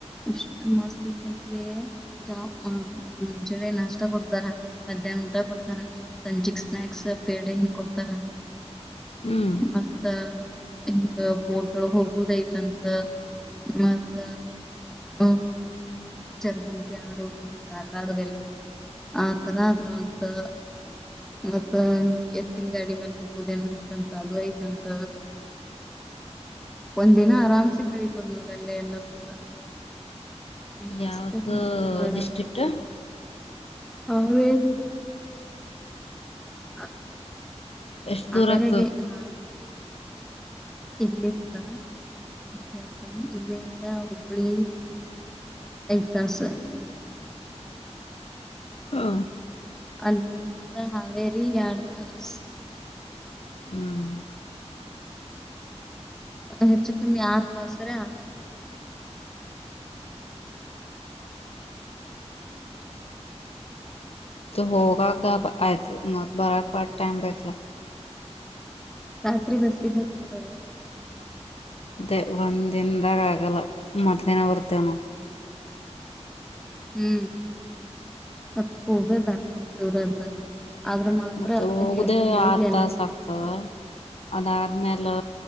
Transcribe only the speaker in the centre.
ಎಷ್ಟು ಮಸ್ತ್ ಇತ್ತ್ ಅಂತ್ ಲೇ ಗ ಮ ಮುಂಜಾನೆ ನಾಷ್ಟ ಕೊಡ್ತಾರ ಮಂದ್ ದ್ಯಾನ್ ಊಟ ಕೊಡ್ತಾರ ಸಂಜೆಕ್ ಸ್ನಾಕ್ಸ್ ಬೇಡ ಏನೋ ಕೊಡ್ತಾರ
ಮತ್ತ ಇಂಗ ಬೋಟೊ ಹೋಗುದೈತಂತ ಮತ್ತ ಆಮೇಲೆ ಚರ್ಬು ಬ್ಯಾಡೊ ಭೂಮಿ ಆಟ ಗಾತ ಆಡವೆಲ ಆತರ ಗವಂತೊ ಇವತ್ತೋ ಇನ್ ಎತ್ತಿನ ಗಾಡಿ ಮೇಲೆ ಹುಕುದ್ ಏನೋ ಐತ್ತಂತ ಅದು ಐತ್ತಂತ ಒಂದ್ ದಿನ ಆರಾಮ್ಸೆ ಕಳೀಬೋದ್ ನೋಡಿ ಅಲ್ಲಿ ಎಲ್ಲ ಪೂರ ಹ ಮಸ್ತ್
ಐತ್ತಂತ್ ರ ಆಕಡೆ
ಹ ಏನೂ ಹ
ಅವರಗೆ
ಹಾ ಇಲ್ಲಿಂದ ಹೇಳ್ತೇನಿ ಇಲ್ಲಿಂದ ಹುಬ್ಬಳ್ಳಿ ಎಂಟ್ ತಾಸು
ಅಲ್ಲಿಂದ ಹಾವೇರಿ ಎರಡ್ ತಾಸ್
ಹೆಚ್ಚು ಕಮ್ಮಿ ಆರ್ ತಸರೆ ಆತ್ತದಿ
ರಾತ್ರಿ ಬಸ್ಸಿಗೆ ಹತ್ತ್ ಬುಡದೊ
ಹ್ಮ್ ಮತ್ತ್ ಹೋಗೋ ದಾರಿಲ್ಲೇ ದೂರಲ್ಲ ಆದ್ರ ಮಾತ್ರ
ಆಕೆ ಹೇಳುವುದ್
ಎಲ್ಲ